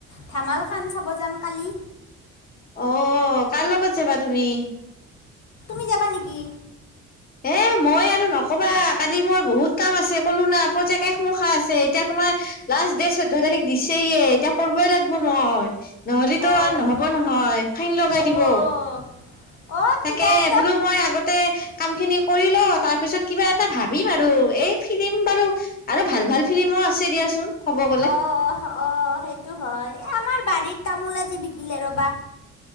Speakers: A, on the left; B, on the left.
A: ধমালখন চাব যাম কালি।
B: অ', কাৰ লগত যাবা তুমি।
A: তুমি যাবা নিকি।
B: হে মই আৰু নক'বা কালি মোৰ বহুত কাম আছে ক'লো না, প্ৰজেক্ট একমখা আছে, এতিয়া তোমাৰ লাষ্ট ডেট চৈধ্য তাৰিখ দিছে য়ে, এতিয়া কৰিবই লাগব মই। নহ'লেতো
A: অ'
B: আৰু নহ'ব নহয়, ফাইন লগাই
A: অ'
B: দিব।
A: অ'
B: তাকে
A: কিবা এটা
B: বোলো মই আগতে কাম খিনি কৰি লওঁ, তাৰ পিছত কিবা এটা ভাবিম আৰু এই ফিলিম বাৰু আৰু ভাল- ভাল ফিলিমো আছে দিয়াচোন। ক'ব গ'লে
A: অ', অ', অ', সেইটো হয়, এ আমাৰ বাৰীত তামোল আজি বিকিলে ৰ'বা।